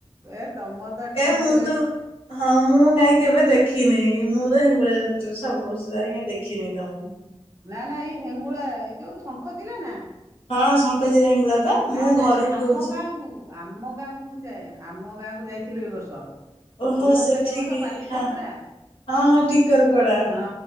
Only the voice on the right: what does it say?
ଏ। ତମର ତ ଏଠି
ଶଙ୍ଖିଲାରେ
ନା ନା ଏଇ ହେଙ୍ଗୁଳା ଏଇ ଯୋଉ ଶଙ୍ଖ ଚିଲ ନା।
ନା
ନା
ସେ ଆମ
ଗାଁ କୁ ଆମ ଗାଁ କୁ ମୁଁ ଯାଏ ଆମ ଗାଁକୁ ଯାଇଥିଲୁ ଏ ବର୍ଷ।
ହଉନଥିଲା
କି ବର୍ଷ ପାଟି
ଯାତ୍ରା।
ହଁ